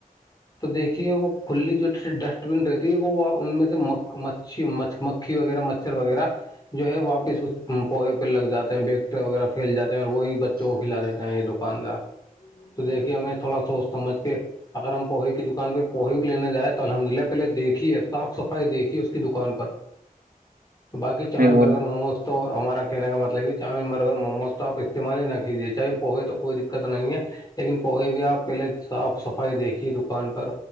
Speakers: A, on the left (about 25°); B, on the right (about 75°).
A: تو دیکھیے وہ کھلی جو ڈسٹ بین رہتی ہے وہ ان میں سے مک مچھی م مکھی وغیرہ مچ وغیرہ جو ہے واپس اس پوہے پہ لگ جاتے ہیں بیکٹر وغیرہ پھیل جاتے ہیں اور وہی جوو کھلا دیتے ہیں یہ دکاندار تو دیکھیے ہمیں تھوڑا سوچ سمجھ کے اگر ہم پوہی کی دکان پہ پوہی بھی لینے جائ تو الحمد للہ پہلے دیکھیے صاف صفائی دیکھیے اس کی دکان پر بای چاؤمین
B: صحیح بول
A: برگر
B: رہے
A: موموز تو ہمارا کہنے کا مطلب یہ چؤمن برگر موموز تو آپ استعمال ہی نہ کر ر ہے چاہے پوہے تو کوئی دقت نہیں ہے لیکن پوہے بھی آپ پہلے صاف صفائی دیکھیے دکان پر